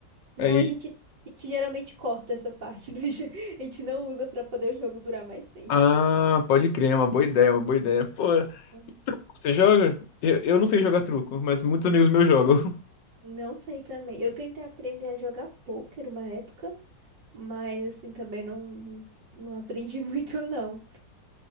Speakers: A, on the right; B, on the left.
A: Não,
B: Aí,
A: a gente, a gente geralmente corta essa parte do jogo. <laughs> A gente não usa pra poder o jogo durar mais tempo.
B: ah, pode crer, é uma boa ideia, uma boa ideia. Pô,
A: Hum.
B: você joga? Eu, eu não sei jogar truco, mas muitos amigos meus jogam.
A: Não sei também. Eu tentei aprender a jogar pôquer uma época, mas assim também não, não aprendi <laughs> muito, não.